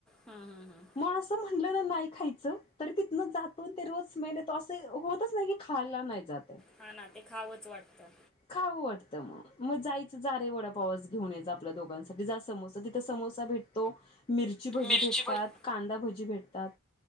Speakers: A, in the centre; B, on the left.
A: हम्म हम्म ह.
B: मग असं म्हणलं ना नाही खायच, तरी तिथन जात ते रोज म ते अस हो तच नाही की, खायला नाही जाते
A: हा ना ते खावंच वाटतं.
B: खाऊं वाटतं म, मग जायचं जा रे वडापावच घेऊन जा आपल्या दोघांसाठी जा समोसा तिथं समोसा भेट तो, मिरची भज्जी
A: मिरची
B: भेटतात,
A: भजी
B: कांदा भज्जी भेटतात.